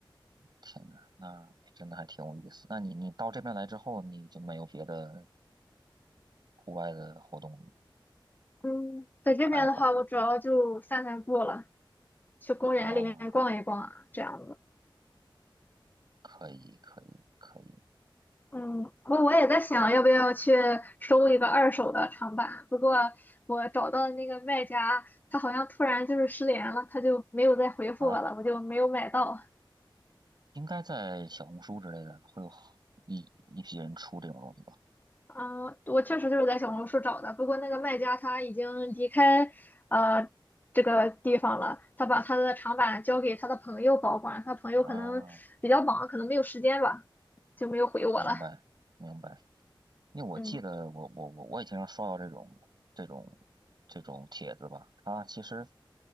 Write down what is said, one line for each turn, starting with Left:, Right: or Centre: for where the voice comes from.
Right: 天呐，那真的还挺有意思。那你你到这边来之后，你就没有别的户外的活动
Left: 嗯，在这边的话，
Right: 爱好
Left: 我主要就散散步了，去公园里面逛一逛啊，
Right: 啊？
Left: 这样子。
Right: 可以，可以，可以
Left: 嗯，我我也在想，要不要去收一个二手的长板。不过我找到的那个卖家，他好像突然就是失联了，他就没有再回复我了，
Right: 啊！
Left: 我就没有买到。
Right: 应该在小红书之类的会有很一一批人出这种东西吧？
Left: 嗯，我确实就是在小红书找的，不过那个卖家他已经离开呃这个地方了，他把他的长板交给他的朋友保管，他朋友可能比较忙，
Right: 啊，
Left: 可能没有时间吧，就没有回我了。
Right: 明白，明白。因为我记得我我我我也经常刷到这种这种
Left: 嗯
Right: 这种帖子吧，它其实